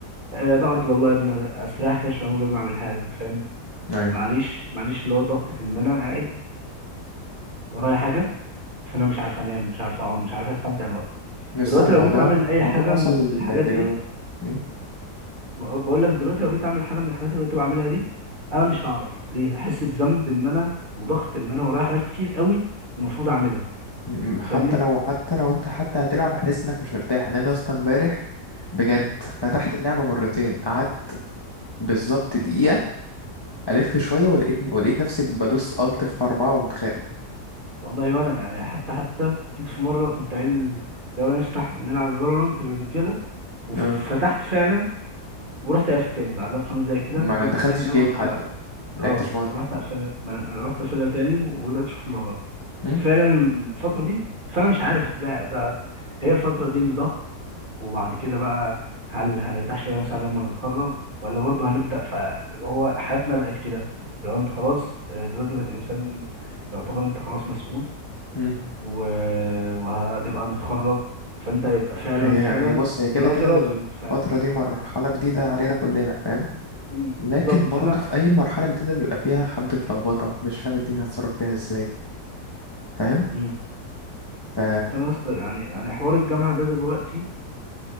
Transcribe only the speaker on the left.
ايوه
لسه
الموضوع
الموضوع
وصل
دلوقتي
مم.
مم. حتى
لو حتى لو انت حتى هتلعب هتحس انك مش مرتاح ان انا اصلا امبارح بجد فتحت اللعبه مرتين قعدت بالظبط دقيقه ألف شوية ولقيت ولقيت نفسي بدوس ألت في أربعة وقمت خارج
آه.
ما
دخلتش
جيم
حتى
ما لعبتش
ماتش
مم.
مم.
هي
هي بص هي كده
كده
الفترة
دي مرحلة جديدة علينا كلنا فاهم
لكن
برضه
في أي مرحلة جديدة بيبقى فيها حبة لخبطة مش فاهم الدنيا هتصرف فيها ازاي فاهم
ف